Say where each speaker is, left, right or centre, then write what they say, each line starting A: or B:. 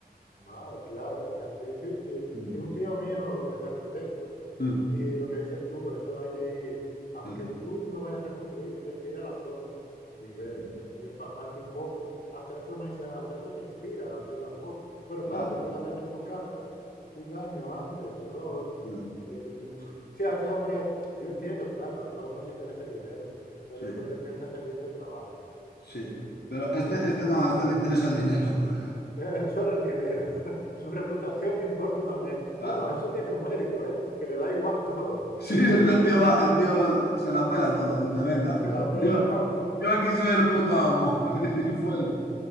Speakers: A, on the left (about 65°); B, on the left (about 85°).
A: Madre, claro, es que así, sí, sí.
B: Mm,
A: Si un tío mío es arquitecto
B: mm,
A: y lo que dices tú, eso hay que ir, aunque
B: eh,
A: tú no vayas a construir, tú tienes que ir a la zona y ver
B: mm,
A: y empaparte un poco. Hasta eso me dice, hasta eso te inspira a hacer las cosas. Pero
B: Claro,
A: claro, si tú lo has hecho en tu casa un año antes o dos,
B: mm,
A: el- <laughs> sí, a ese hombre, yo entiendo, claro, a todos nos interesa el dinero, pero
B: sí,
A: yo creo que tienes que hacer bien tu trabajo
B: sí.
A: y-
B: Pero este,
A: para
B: este
A: que
B: no, a este le interesa el dinero. <laughs>
A: él solo el dinero. <laughs> Su reputación le importa una mierda.
B: Claro.
A: Bueno, eso tiene un mérito, ¿eh? Que le da igual todo.
B: Sí, o sea, el tío va- el tío se la pela todo, dice, venga,
A: <laughs> Se
B: <laughs>
A: la pela,
B: yo,
A: vamos. <laughs>
B: yo aquí soy el puto amo. <laughs> Y fuera.